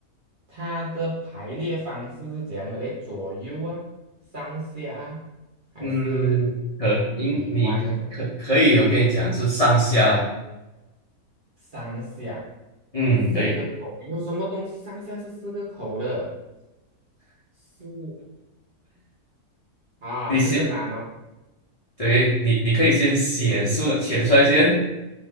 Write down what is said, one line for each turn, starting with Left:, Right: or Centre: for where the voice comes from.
Right: 它的排列方式是怎样的嘞？左右啊，上下啊，还是
Left: 嗯，可应你可可以，
Right: 里外那种？
Left: 我跟你讲是上下啦。
Right: 上下
Left: 嗯，
Right: 四个口，
Left: 对，
Right: 有什么东西上下是四个口的？是啊，
Left: 你先，
Right: 这个难哦。
Left: 对你你可以先写出来，写出来先，